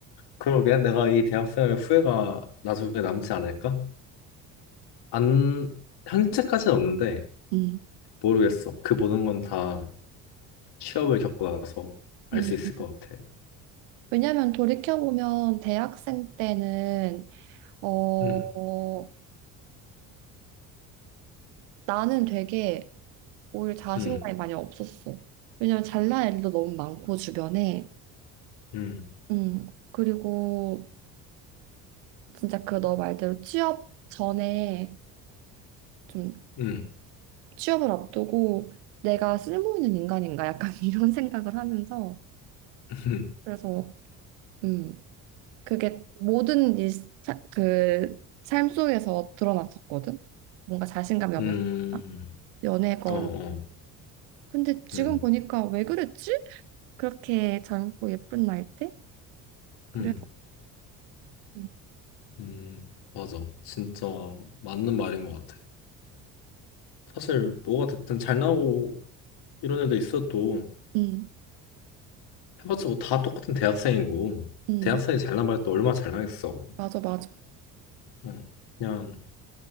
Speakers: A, on the left; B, on the right.
A: 그러게. 내가 이 대학생활 후회가 나중에 남지 않을까? 안, 현재까지는 없는데,
B: 음.
A: 모르겠어. 그 모든 건 다 취업을 겪고 나서 알
B: 음.
A: 수 있을 것 같아.
B: 왜냐면 돌이켜보면 대학생 때는 어,
A: 음,
B: 나는 되게 오히려 자신감이
A: 음,
B: 많이 없었어. 왜냐면 잘난 애들도 너무 많고 주변에.
A: 음,
B: 음. 그리고 진짜 그 너 말대로 취업 전에 좀
A: 음,
B: 취업을 앞두고 내가 쓸모 있는 인간인가 약간 <laughs> 이런 생각을 하면서
A: <laughs>
B: 그래서 음 그게 모든 일, 사- 그, 삶 속에서 드러났었거든. 뭔가 자신감이 없는
A: 음,
B: 사람, 연애건.
A: 어, 어,
B: 근데 지금
A: 음,
B: 보니까 왜 그랬지? 그렇게 젊고 예쁜 나이 때? 그래서
A: 음,
B: 음,
A: 음. 맞아. 진짜 맞는 말인 것 같아. 사실 뭐가 됐든 잘 나오고 이런 애도 있어도
B: 음,
A: 해봤자 뭐 다 똑같은 대학생이고
B: 음,
A: 대학생이 잘나봐야 또 얼마나 잘나겠어.
B: 맞아, 맞아.
A: 응. 그냥